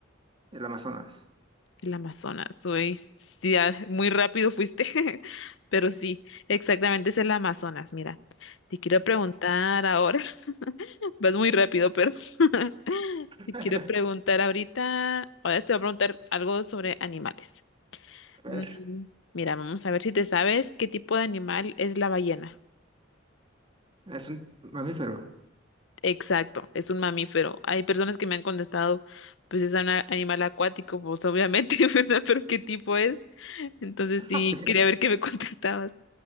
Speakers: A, on the right; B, on the left.
A: El Amazonas.
B: el Amazonas. Uy, sí, ah, muy rápido fuiste, <laughs> pero sí, exactamente es el Amazonas. Mira, te quiero preguntar ahora, <laughs> vas muy rápido, pero <laughs>
A: <laughs>
B: te quiero preguntar
A: A
B: ahorita, ahora te voy a preguntar algo sobre animales.
A: ver,
B: Mm, Mira, vamos a ver si te sabes qué tipo de animal es la ballena.
A: es un mamífero. <laughs>
B: Exacto, es un mamífero. Hay personas que me han contestado, pues es un a- animal acuático, pues obviamente, <laughs> ¿verdad? Pero ¿qué tipo es? Entonces sí,
A: Ok,
B: quería ver qué me <laughs> contestabas.